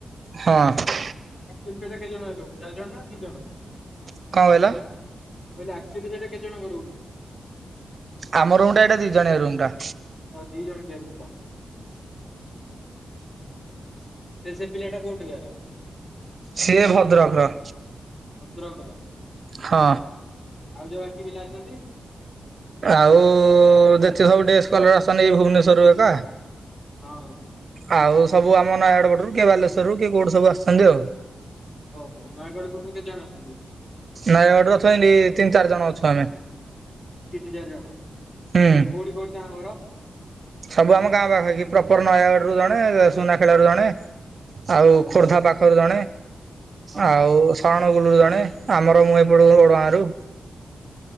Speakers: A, on the right; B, on the left.
A: ହଁ।
B: ଆଉ ସେମିତି ହେଲେ କେତ ଜଣ ରହୁଛ ଚାରି ଜଣ ନା ଦି ଜଣ?
A: କଣ କହିଲ?
B: କହିଲି ଏକ୍ଟୁଆଲୀ ସେଇଟା କେତେ ଜଣଙ୍କ ରୁମ୍?
A: ଆମ ରୁମ୍ ଟା ଏଇଟା ଦି ଜଣିଆ ରୁମ୍ ଟା।
B: ଓ ଦିଇ ଜଣିକିଆ ରୁମ୍ ଟା। ସେ ସେଇ ପିଲାଟା କଉଠି କାର?
A: ସିଏ ଭଦ୍ରକ ର।
B: ଭଦ୍ରକର।
A: ହଁ।
B: ଆଉ ଯୋଉ ବାକି ପିଲା ଅଛନ୍ତି?
A: ଆଉ ଯେତିକ ସବୁ ଡେସ୍ କଲର ଆସିନି ଭୁବନେଶ୍ଵରରୁୁ ଏକା।
B: ହଁ।
A: ଆଉ ସବୁ ଆମ ନୟାଗଡଗଡରୁ କିଏ ବାଲେଶ୍ୱର ରୁ କିଏ କୋଉଠି ସବୁ ଆସଛନ୍ତି ଆଉ।
B: ଓ ହୋ ନୟାଗଡ଼ ପଟରୁ କେତେ ଜଣ ଅଛନ୍ତି?
A: ନୟାଗଡ଼ ରୁ ଅଛୁ ଏମିତି ତିନି ଚାରି ଜଣ ଅଛୁ ଆମେ।
B: ତିନି ଚାରି ଜଣ
A: ହୁଁ।
B: କୋଉଠି କୋଉଠି ତାଙ୍କ ଘର?
A: ସବୁ ଆମ ଗାଁ ପାଖରେ କି ପ୍ରପର ନୟାଗଡ ରୁ ଜଣେ ଯ ସୁନାଖେଳା ରୁ ଜଣେ। ଆଉ
B: ଆଚ୍ଛା।
A: ଖୋର୍ଦ୍ଧା ପାଖରୁ ଜଣେ
B: ହଁ
A: ଆଉ ସି ବାଣ ପୁରୁ ଜଣେ ଆମର ମୁଁ ଏପଟ ଓଡ଼ଗାଁ ରୁ।